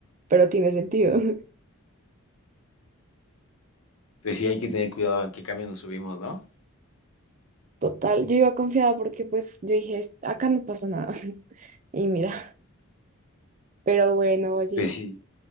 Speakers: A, on the right; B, on the left.
A: pero tiene sentido. <laughs>
B: Pues sí, hay que tener cuidado en qué camión nos subimos, ¿no?
A: Total, yo iba confiada porque pues yo dije, "Es- acá no pasó nada. <laughs> Y mira, pero bueno, oye,
B: Pues sí,